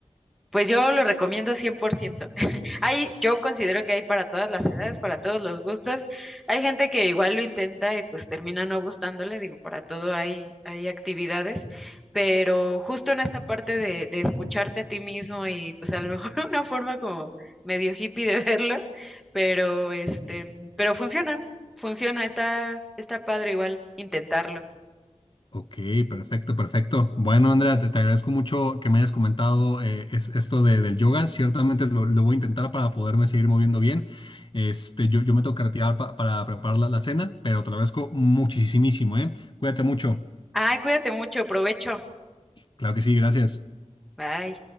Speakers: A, in the centre; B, on the left.
A: Pues yo lo recomiendo 100%. <laughs> Hay, yo considero que hay para todas las edades, para todos los gustos. Hay gente que igual lo intenta y pues termina no gustándole, digo, para todo hay, hay actividades, pero justo en esta parte de, de escucharte a ti mismo y pues a lo mejor <laughs> una forma como medio hippie de verlo, pero este, pero funciona, funciona, está, está padre igual intentarlo.
B: Ok, perfecto, perfecto. Bueno, Andrea, te, te agradezco mucho que me hayas comentado eh, es- esto de- del yoga. Ciertamente lo, lo voy a intentar para poderme seguir moviendo bien. Este, yo, yo me tengo que retirar pa- para preparar la, la cena, pero te lo agradezco muchísimo, ¿eh? Cuídate mucho.
A: Ay, cuídate mucho, provecho.
B: Claro que sí, gracias.
A: Bye.